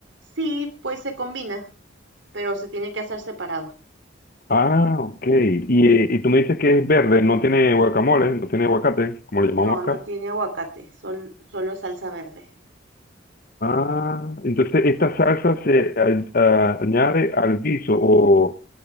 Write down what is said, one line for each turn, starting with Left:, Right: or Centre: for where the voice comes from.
Right: Sí, pues se combina, pero se tiene que hacer separado.
Left: Ah, ok. Y, eh, y tú me dices que es verde, no tiene guacamole, no tiene aguacate, como le llamamos
Right: No, no
Left: acá.
Right: tiene aguacate, sol- solo salsa verde.
Left: Ah, entonces esta salsa se a- a- añade al guiso o,